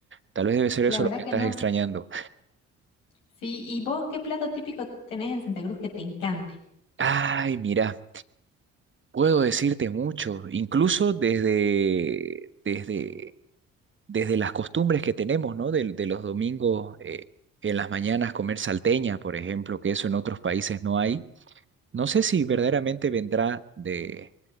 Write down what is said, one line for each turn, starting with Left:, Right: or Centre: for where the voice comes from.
Right: Tal vez debe ser
Left: La
Right: eso
Left: verdad
Right: lo que
Left: que
Right: estás
Left: no.
Right: extrañando.
Left: Sí, ¿y vos qué plato típico tenés en Santa Cruz que te encante?
Right: Ay, mira. Puedo decirte mucho, incluso desde, desde, desde las costumbres que tenemos, ¿no? De, de los domingos eh, en las mañanas comer salteña, por ejemplo, que eso en otros países no hay. No sé si verdaderamente vendrá de,